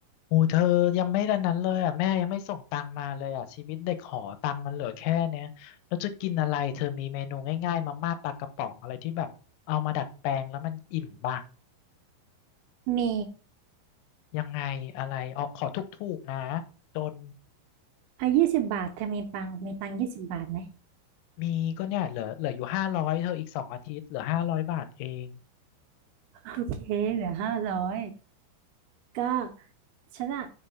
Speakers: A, on the left; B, on the right.
A: โอ้เธอยังไม่ดันนั้นเลยอ่ะแม่ยังไม่ส่งตังมาเลยอ่ะชีวิตเด็กหอตังมันเหลือแค่เนี้ยแล้วจะกินอะไรเธอมีเมนูง่ายๆมาม่าปลากระป๋องอะไรที่แบบเอามาดัดแปลงแล้วมันอิ่มบ้าง
B: มี
A: ยังไงอะไรเอาขอถูกๆนะจน
B: อ่ะยี่สิบบาทเธอมีปังมีตังยี่สิบบาทไหม
A: มีก็เนี่ยเหลือเหลืออยู่ห้าร้อยเธออีกสองอาทิตย์เหลือห้าร้อยบาทเอง
B: โอเคเหลือห้าร้อยก็ฉันอะ